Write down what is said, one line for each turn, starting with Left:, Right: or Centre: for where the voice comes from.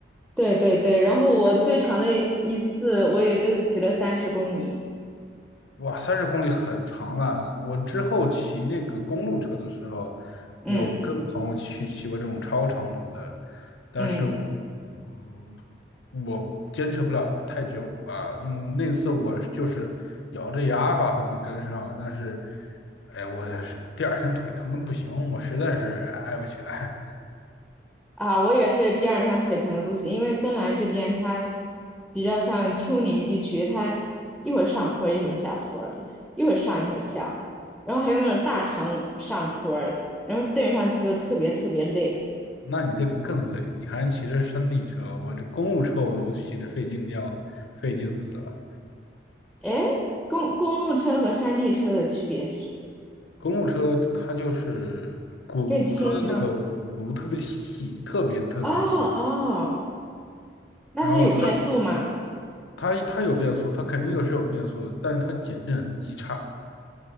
Centre: 对对对，然后我最长的一次我也就骑了三十公里，
Left: 哇，三十公里很长了。我之后骑那个公路车的时候，
Centre: 嗯
Left: 有跟朋友去骑过这种超长途的，但是我，
Centre: 嗯。
Left: 嗯，我坚持不了太久吧，因为那次我就是咬着牙把他们跟上了，但是，哎，我第二天腿疼的不行，我实在是挨不起来。<laughs>
Centre: 啊，我也是第二天腿疼的不行，因为芬兰这边它比较像丘陵地区，它一会儿上坡儿一会儿下坡儿的，一会儿上一会儿下，然后还有那种大长上坡儿然后蹬上去就特别特别累。
Left: 那你这个更累，你还骑着山地车，我这公路车我都骑得费劲的要费劲死了。
Centre: 哎，公公路车和山地车的区别是什么？
Left: 公路车它就是轱，
Centre: 更轻吗？
Left: 它的那个轱轱辘特别细，特别特别细，
Centre: 哦哦，那它有变速吗？
Left: 然后它它它有变速，它肯定有是有变速的，但是它减震极差，